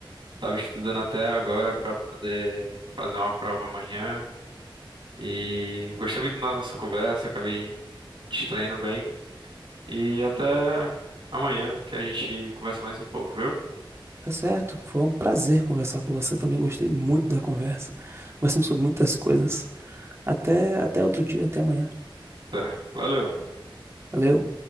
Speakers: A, on the right; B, on the right.
A: Tava estudando até agora pra poder fazer uma prova amanhã. E gostei muito da nossa conversa, acabei distraindo bem. E até amanhã que a gente conversa mais um pouco, viu?
B: Tá certo? Foi um prazer conversar com você também, gostei muito da conversa. Conversamos sobre muitas coisas. Até, até outro dia, até amanhã.
A: Até. Valeu.
B: Valeu.